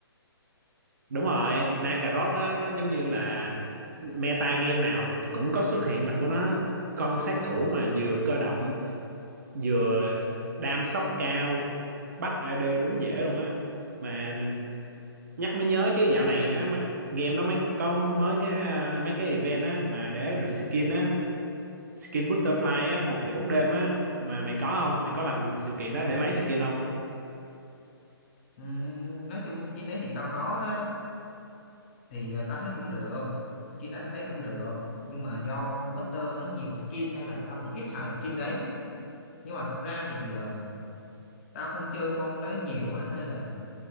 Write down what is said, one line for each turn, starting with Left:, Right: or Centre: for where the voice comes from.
Right: đúng rồi Nakarot á nó giống như là meta game nào cũng có xuất hiện mặt của nó con sát thủ mà vừa cơ động vừa đam sốc cao bắt AD đúng dễ luôn á mà nhắc mới nhớ chứ dạo này á mà game nó mới có mới cái à, mấy cái event á mà để được skin á skin butterfly á phù thủy bóng đêm á mà mày có không mày có làm sự kiện đó để lấy skin không
Left: Ừm, nói chung skin đấy thì tao có thì ờ, tao thấy cũng được skin đó tao thấy cũng được nhưng mà do Butter nó nhiều skin nên là tao cũng ít xài skin đấy nhưng mà thật ra thì ờ, tao không chơi con đấy nhiều á nên là